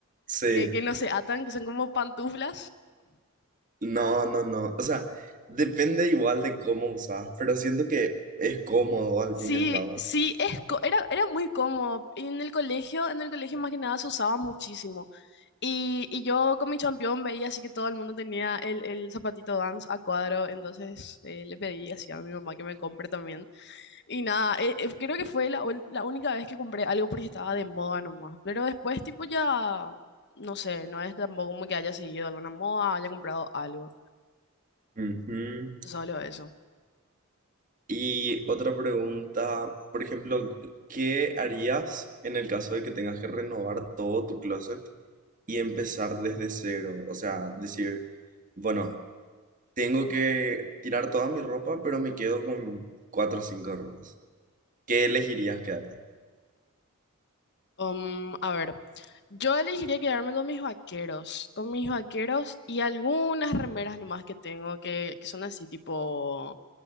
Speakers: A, on the right; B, on the left.
A: Sí.
B: que, que no se atan, que son como pantuflas.
A: No, no, no. O sea, depende igual de cómo usas, pero siento que es cómodo al
B: Sí,
A: fin y al cabo.
B: sí, es, co- era, era muy cómodo. Y en el colegio, en el colegio más que nada se usaba muchísimo. Y, y yo con mi champión veía así que todo el mundo tenía el, el zapatito Vans a cuadro, entonces eh, le pedí así a mi mamá que me compre también. Y nada, eh, eh, creo que fue la, ul- la única vez que compré algo porque estaba de moda nomás. Pero después tipo ya, no sé, no es tampoco como que haya seguido alguna moda, haya comprado algo,
A: Ujú.
B: solo eso.
A: Y otra pregunta, por ejemplo, ¿qué harías en el caso de que tengas que renovar todo tu closet y empezar desde cero? O sea, decir, bueno, tengo que tirar toda mi ropa, pero me quedo con cuatro o cinco ropas. ¿Qué elegirías quedarte?
B: Um, a ver, yo elegiría quedarme con mis vaqueros, con mis vaqueros y algunas remeras nomás que tengo que, que son así tipo